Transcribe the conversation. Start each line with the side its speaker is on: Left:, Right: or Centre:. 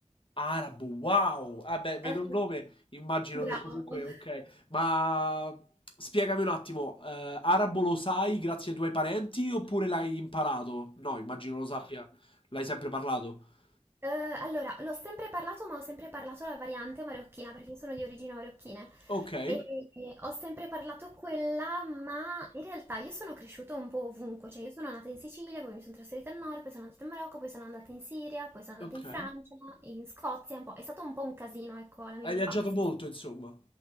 Left: Arabo, wow! Ah beh, vedo
Right: Eh,
Left: il nome, immagino
Right: bravo.
Left: che comunque okay. Ma spiegami un attimo, ehm, arabo lo sai grazie ai tuoi parenti oppure l'hai imparato? No, immagino lo sappia. L'hai sempre parlato?
Right: Eh, allora, l'ho sempre parlato, ma ho sempre parlato la variante marocchina perché io sono di origini marocchine
Left: Okay,
Right: e e ho sempre parlato quella, ma in realtà io sono cresciuta un po' ovunque, cioè io sono nata in Sicilia, poi mi sono trasferita al nord, poi sono andata in Marocco, poi sono andata in Siria, poi sono andata
Left: okay.
Right: in Francia, in Scozia, un po'. È stato un po' un casino, ecco, la mia
Left: Hai
Right: infanzia.
Left: viaggiato molto insomma.